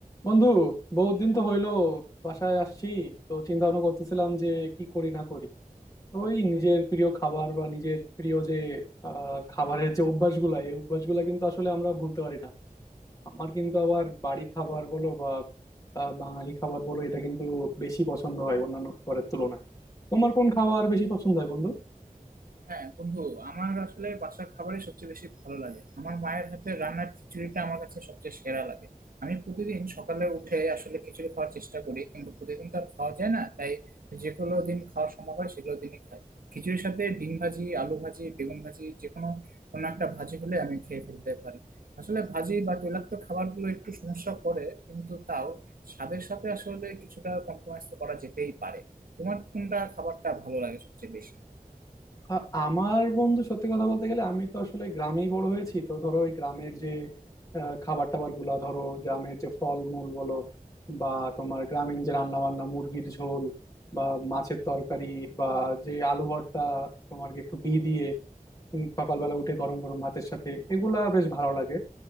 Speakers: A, on the left; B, on the right.
A: বন্ধু বহুত দিন তো হইলো বাসায় আসছি তো চিন্তা ভাবনা করতেছিলাম যে কি করি না করি তো ওই নিজের প্রিয় খাবার বা নিজের প্রিয় যে আহ, খাবারের যে অভ্যাসগুলা এই অভ্যাসগুলা কিন্তু আসলে আমরা ভুলতে পারি না আমার কিন্তু আবার বাড়ির খাবার বলো বা আহ, বাঙালি খাবার বলো এটা কিন্তু বেশি পছন্দ হয় অন্যান্য খাবারের তুলনায় তোমার কোন খাবার বেশি পছন্দ হয় বন্ধু
B: হ্যাঁ বন্ধু আমার আসলে বাসার খাবারই সবচেয়ে বেশি ভালো লাগে আমার মায়ের হাতের রান্নার খিচুড়িটা আমার কাছে সবচেয়ে সেরা লাগে আমি প্রতিদিন সকালে উঠে আসলে খিচুড়ি খাওয়ার চেষ্টা করি কিন্তু প্রতিদিন তো আর খাওয়া যায় না তাই যেগুলো দিন খাওয়া সম্ভব হয় সেগুলো দিনই খাই খিচুড়ির সাথে ডিম ভাজি আলু ভাজি বেগুন ভাজি যে কোনো কোনো একটা ভাজি হলে আমি খেয়ে ফেলতে পারি আসলে ভাজি বা তৈলাক্ত খাবারগুলো একটু সমস্যা করে কিন্তু তাও স্বাদের সাথে আসলে কিছুটা কম্প্রোমাইজ তো করা যেতেই পারে তোমার কোনটা খাবারটা ভালো লাগে সবচেয়ে বেশি
A: আ- আমার বন্ধু সত্যি কথা বলতে গেলে আমি তো আসলে গ্রামেই বড় হয়েছি তো ধরো ওই গ্রামের যে আহ, খাবার টাবার গুলা ধরো গ্রামের যে ফল মূল বলো বা তোমার গ্রামীণ যে রান্না বান্না মুরগির ঝোল বা মাছের তরকারি বা যে আলু ভর্তা তোমার একটু ঘি দিয়ে উম, সকালবেলা উঠে গরম গরম ভাতের সাথে এগুলা বেশ ভালো লাগে